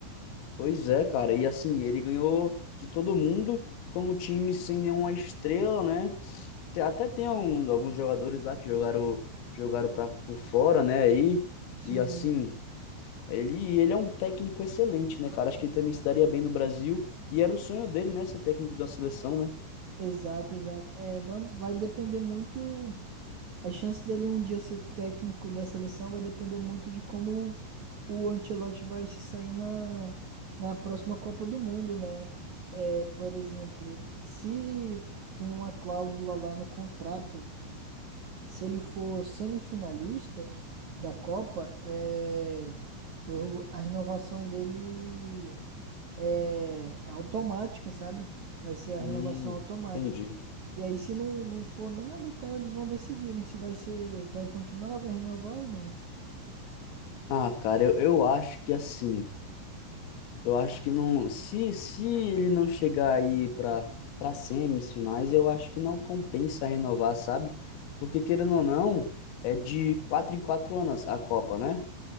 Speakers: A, on the left; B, on the right.
A: Pois é, cara. E assim, ele ganhou de todo mundo com um time sem nenhuma estrela, né? Te- Até tem um- alguns jogadores lá que jogaram jogaram para por fora, né? Aí
B: Sim,
A: e assim, ele ele é um técnico excelente, né, cara? Acho que ele também se daria bem no Brasil e era o sonho dele, né, ser técnico da seleção, né?
B: exato, exato. É, vai, vai depender muito. A chance dele um dia ser técnico da seleção vai depender muito de como o, o Ancelotti vai se sair na, na próxima Copa do Mundo, né? É, por exemplo, se tem uma cláusula lá no contrato, se ele for semifinalista da Copa, é, o- a renovação dele é, é automática, sabe? Vai ser a
A: Hum,
B: renovação automática.
A: entendi.
B: E aí, se não, não for nada e tal, eles vão decidirem se vai ser, vai continuar, vai renovar ou não.
A: Ah, cara, eu, eu acho que assim Eu acho que não. Se, se ele não chegar aí para para semifinais, eu acho que não compensa renovar, sabe? Porque, querendo ou não, é de quatro em quatro anos a Copa, né?